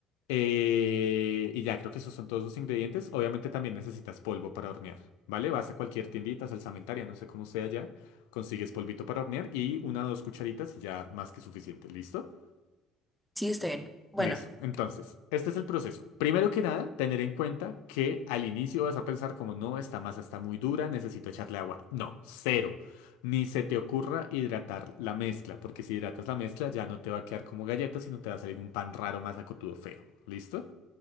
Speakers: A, on the left (about 85°); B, in the centre.
A: Eh, y ya, creo que esos son todos los ingredientes. Obviamente también necesitas polvo para hornear, ¿vale? Vas a cualquier tiendita, salsamentaria, no sé cómo sea ya, consigues polvito para hornear y una o dos cucharitas y ya más que suficiente, ¿listo?
B: Sí, está bien. Bueno.
A: Listo. Entonces, este es el proceso. Primero que nada, tener en cuenta que al inicio vas a pensar como, no, esta masa está muy dura, necesito echarle agua. No, cero. Ni se te ocurra hidratar la mezcla, porque si hidratas la mezcla ya no te va a quedar como galleta, sino te va a salir un pan raro, más acotudo, feo. ¿Listo?